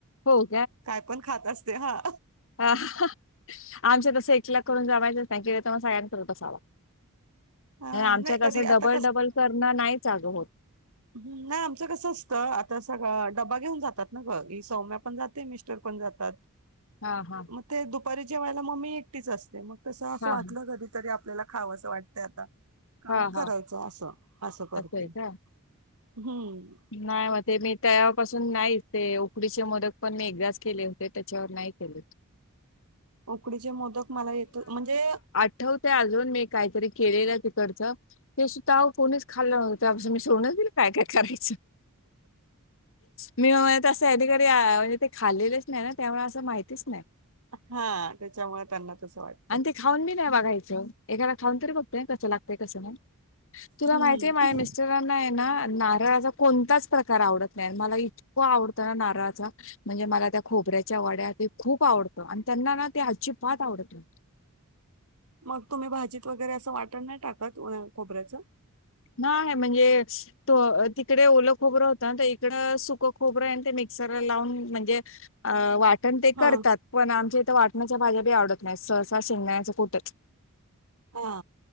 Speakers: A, on the left (about 65°); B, on the right (about 85°).
A: हो
B: काय पण खात असते हा.
A: हा आमचे तसं एकला करून जमायचंच सगळ्यांनंत बसावा.
B: हा,
A: आमच्यात
B: नाही कधी
A: असं डबल
B: आता
A: डबल करणं नाही चालत.
B: ह नाही आमचं कसं असतं. आता सगळं ड्बा घेऊन जातात ना गी सौम्या पण जाते मिस्टर पण जातात.. <inaudible>
A: हा हा
B: मग ते दुपारी जेवायला म एकटीच असते. मग तसं असं
A: हां,
B: वाटल कधी तरी आपलं आपल्याला खावासं वाटतं, आता का
A: हां,
B: मं
A: हां.
B: करायचं असं असं करते.
A: आहे का?
B: हम्म
A: नाही मग ते मी तेव्हापासून नाहीच ते उकडीचे मोदक पण, मी एकदाच केले होते त्याच्यावर नाही केले.
B: उकडीचे मोदक मला येतं म्हणजे
A: आठवतय, अजून मी काहीतरी केलेलं तिकडचं ते सुद्धा कोणीच खाल्लं त्याच्यापासून मी सोडूणच दिलं काय काय करायचं मी म्हणत असते ह्यांनी कधी ते खालेलेच नाही. ना त्यामुळे असं माहितीच नाही
B: हा त्याच्यामुळे त्यांना तसं वाटतं
A: आणि ते खाऊन बी नाही बघायचं एखादा खाऊन तरी बघतंय कसं लागतय कसं नाय तुला
B: हम्म
A: माहितीय माझ्या मिस्टरांनाय ना नारळाचा कोणताच प्रकार आवडत नाय मला इतकं आवडतं ना नारळाचा म्हणजे मला त्या खोबऱ्याच्या वड्या ते खूप आवडतं आणि त्यांना ना ते अजिबात आवडतं नाय
B: मग तुम्ही भाजीत वगैरे असं वाटण नाय टाकत व खोबऱ्याचं?
A: नाय म्हणजे त तिकडे ओलं खोबरं होतं ना इकडं सुक खोबरंय ते मिक्सरला लावून म्हणजे अ वाटण ते
B: हा
A: करतात पण आमच्या इथं वाटणाच्या भाज्या बी आवडत नाय सहसा शेंगदाण्याच कुटचं
B: हा